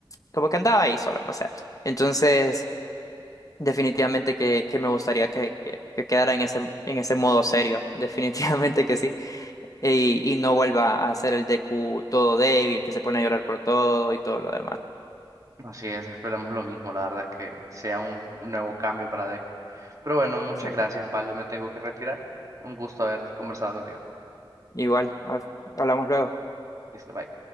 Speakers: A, on the left; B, on the right.
A: como que andaba ahí solo, no sé. Entonces, definitivamente que, que me gustaría que, que, que quedara en ese, en ese modo serio, <laughs> definitivamente que sí. Y, y no vuelva a ser el DQ todo débil, que se pone a llorar por todo y todo lo demás.
B: Así es, esperamos lo mismo, la verdad es que sea un nuevo cambio para Deco. Pero bueno, muchas
A: Sí.
B: gracias, Osvaldo, me tengo que retirar. Un gusto haber conversado contigo.
A: Igual, ha- hablamos luego.
B: Listo, bye.